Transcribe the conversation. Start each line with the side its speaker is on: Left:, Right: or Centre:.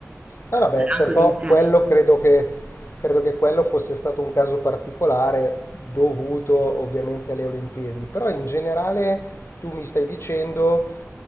Left: ah, vabbè,
Right: era
Left: però
Right: anche un interesse.
Left: quello credo che, credo che quello fosse stato un caso particolare dovuto ovviamente alle Olimpiadi, però in generale tu mi stai dicendo